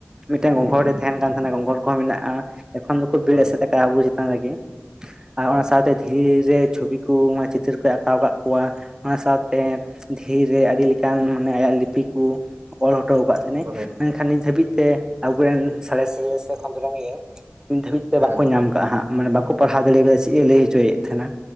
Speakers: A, on the right (about 15°); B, on the right (about 55°).
A: ᱢᱤᱫᱴᱟᱝ ᱜᱚᱜᱚ ᱦᱚᱲᱮ ᱛᱟᱦᱮᱱ ᱠᱟᱱ ᱛᱟᱦᱮᱱᱟ, ᱜᱚᱸᱜᱷᱚᱲ ᱠᱚᱦᱚᱸ ᱢᱮᱱᱟᱜ-ᱟ᱾ ᱮᱠᱷᱚᱱ ᱫᱚᱠᱚ ᱫᱟᱹᱲ
B: ᱦᱳᱭ
A: ᱮᱥᱮᱫ ᱟᱠᱟ ᱟᱵᱚ ᱪᱮᱛᱟᱱ ᱨᱮ ᱜᱮ, ᱟᱨ
B: ᱦᱳᱭ
A: ᱱᱚᱜ-ᱚᱱᱟ ᱥᱟ ᱫᱷᱤᱨᱤᱮ ᱪᱷᱚᱵᱤ ᱠᱩ ᱢᱟ ᱪᱤᱛᱟᱹᱨ ᱠᱚᱭ ᱟᱸᱠᱟᱣ ᱟᱠᱟᱜ ᱠᱚᱣᱟ ᱚᱱᱟ ᱥᱟᱶᱛᱮ ᱫᱷᱤᱨ ᱨᱮ ᱟᱹᱰᱤ ᱞᱮᱠᱟᱱ ᱢᱟᱱᱮ ᱟᱭᱟᱜ ᱞᱤᱯᱤ ᱠᱩ ᱚᱞ ᱦᱚᱴᱚ ᱟᱠᱟᱫ
B: ᱦᱳᱭ
A: ᱢᱮᱱᱠᱷᱟᱱ ᱱᱤᱛ ᱫᱷᱟᱹᱵᱤᱡ ᱛᱮ ᱟᱵᱚᱨᱮᱱ ᱥᱟᱬᱮᱥᱤᱭᱟᱹ ᱥᱮ ᱠᱷᱚᱸᱫᱽᱨᱚᱱᱤᱭᱟᱹ ᱱᱤᱛ ᱫᱷᱟᱹᱵᱤᱡ ᱛᱮ
B: ᱦᱮᱸ
A: ᱵᱟᱠᱚ ᱧᱟᱢ ᱠᱟᱜ-ᱟ ᱦᱟᱸᱜ ᱢᱟᱱᱮ ᱵᱟᱠᱚ ᱯᱟᱲᱦᱟᱣ ᱫᱟᱲᱮᱭᱟᱠᱟᱫᱟ ᱪᱤ ᱪᱮᱫ-ᱮ ᱞᱟᱹᱭ ᱦᱚᱪᱚᱭᱮᱫ ᱛᱟᱦᱮᱱᱟ?